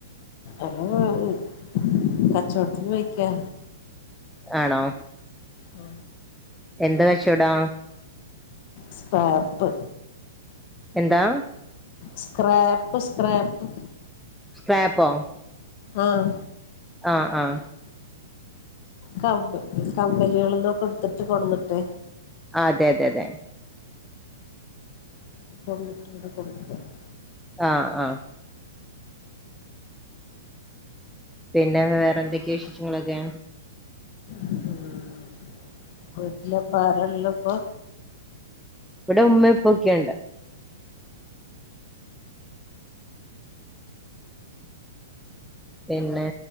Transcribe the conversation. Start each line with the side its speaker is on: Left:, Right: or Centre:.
Left: എല്ല മാറി കച്ചോടത്തിന് പോയക്കാ
Centre: ആണോ?
Left: ഉ
Centre: എന്ത് കച്ചോടാ
Left: സ്പാർപ്പ്
Centre: എന്താ?
Left: സ്ക്രാപ്പ് സ്ക്രാപ്പ്
Centre: സ്ക്രാപ്പോ
Left: ആഹ്
Centre: ആഹ് ആഹ്
Left: കമ്പ് കമ്പനികളിന്നൊക്കെ ഇട്ത്തിട്ട് കൊടന്നിട്ടെ
Centre: അതെ തെ തെ
Left: <inaudible>
Centre: ആഹ് ആഹ് പിന്നെ വേറെന്തൊക്കെ വിശേഷങ്ങളൊക്കെ
Left: <inaudible> വീട്ടിലിപ്പോ ആരാ ള്ള്പ്പൊ
Centre: ഇവിടെ ഉമ്മ ഉപ്പൊക്കെണ്ട് പിന്നെ